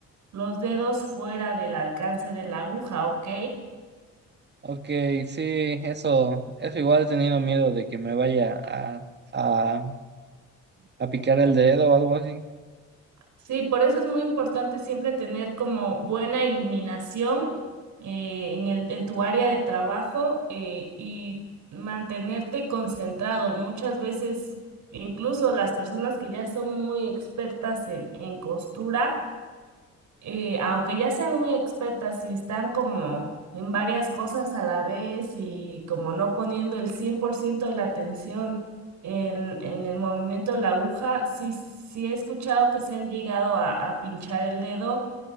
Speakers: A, on the right; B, on the right.
A: los dedos fuera del alcance de la aguja, ¿ok?
B: Ok, sí, eso, eso igual he tenido miedo de que me vaya a, a, a picar el dedo o algo así.
A: Sí, por eso es muy importante siempre tener como buena iluminación eh, en el, en tu área de trabajo eh, y mantenerte concentrado. Muchas veces, incluso las personas que ya son muy expertas en, en costura, eh, aunque ya sean muy expertas, si están como en varias cosas a la vez y como no poniendo el 100% de la atención en, en el movimiento de la aguja, sí, sí he escuchado que se han llegado a, a pinchar el dedo